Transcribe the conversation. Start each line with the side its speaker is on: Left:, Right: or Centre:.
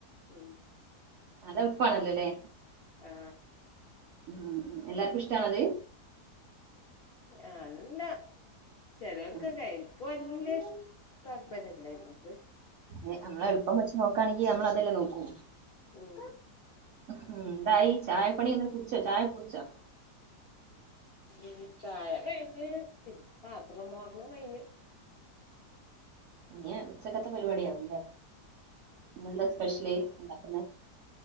Left: ഉം
Right: അത് എൾപ്പാണ്ല്ല ലെ
Left: ആ
Right: ഉം എല്ലാർക്കു ഇഷ്ട്ടാണോ അത്
Left: അ ല്ല ചേലോര്ക്കൊക്കെ
Right: ഉം ഉം.
Left: ക്ക് വല്യഷ് താല്പര്യല്ല ഇവക്ക്
Right: ഞ് അമ്മള് എൾപ്പം വെച്ച് നോക്കാണെങ്കി അമ്മള് അതെല്ലെ നോക്കൂ
Left: ഉം
Right: ഹും ന്തായി ചായപണിക്കെ കുട്ച്ചോ ചായ കുട്ച്ചോ
Left: ഉം ചായകഴിഞ്ഞ് പിന്നെ പാത്രം മോർലും കഴിഞ്ഞ്
Right: ഇഞ് ച്ചക്കത്തെ പരിവാടിയാവുംല്ലേ. ഇന്നെന്താ സ്പെഷല് ണ്ണ്ടാക്ക്‌ന്നെ?